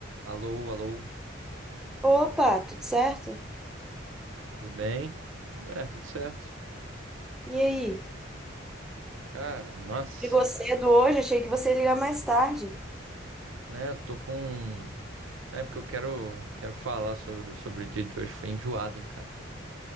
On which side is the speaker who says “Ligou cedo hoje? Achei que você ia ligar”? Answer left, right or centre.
Centre